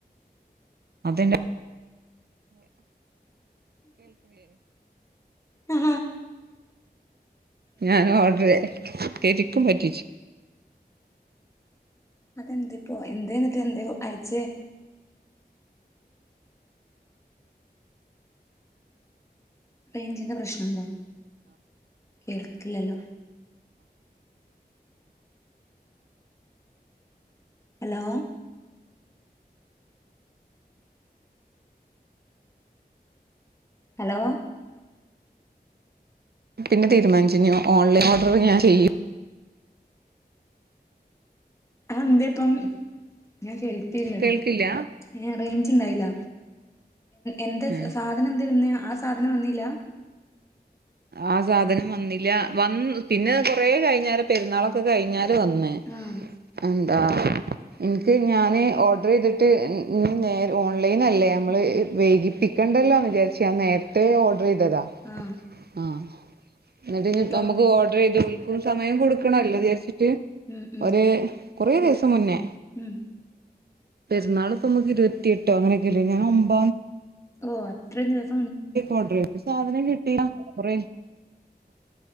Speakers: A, on the right; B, on the left.
A: അതന്ന
B: ആ
A: ഞാൻ ഓർഡർ <unintelligible> പറ്റിച്ചു
B: അതെന്ത് ഇപ്പോ എന്തേ എന്നിട്ട് എന്തേ അയച്ചേ റേഞ്ചിന്റെ പ്രശ്നുണ്ടോ കേൾക്കില്ലല്ലോ ഹലോ ഹലോ
A: പിന്നെ തീരുമാനിച്ചു ഓൺലൈൻ ഓർഡർ ഞാൻ ചെയ്യൂ
B: ആഹ് എന്തേപ്പം ഞാൻ കേട്ടില്ലടി
A: കേൾക്കില്ല
B: <unintelligible> <unintelligible> ണ്ടായില്ല എന്ത്
A: ആഹ്
B: സാധനം എന്ത് വന്നയാ ആ സ സാധനം വന്നില്ലാ
A: ആ സാധനം വന്നില്ല വന്ന് പിന്നെ കൊറെ കഴിഞ്ഞാല് പെരുന്നാളൊക്കെ കഴിഞ്ഞാല് <unintelligible> വന്നേ
B: ആഹ്
A: എന്താ എനിക്ക് ഞാന് ഓർഡർ ചെയ്തിട്ട് ഇ നേർ ഓൺ <unintelligible> അല്ലേ നമ്മള്
B: ഉം
A: വൈകി പിക്കണ്ടല്ലോന്ന് വിചാരി ഞാൻ നേരത്തെ
B: അതെ.
A: ഓർഡർ ചെയ്തതാ
B: ആഹ്
A: ആഹ് എന്നിട്ട്
B: എന്നിട്ടോ
A: ഇനി നമ്മുക്ക് ഓർഡർ ചെയ്ത് പോയി സമയം കൊടുക്കണല്ലോ <unintelligible> <unintelligible>
B: ഉം ഉം
A: ഒര് കുറേ ദിവസം മുന്നേ
B: ഉം
A: പെരുന്നാളിപ്പം നമുക്ക് ഇരുപത്തിയെട്ടോ അങ്ങനെയൊക്കെല്ലേ ഞാൻ ഒമ്പ
B: ഓ അത്രയും ദിവസ
A: ഓർഡർ ചെയ്ത് സാധനം കിട്ടിയ കൊറേ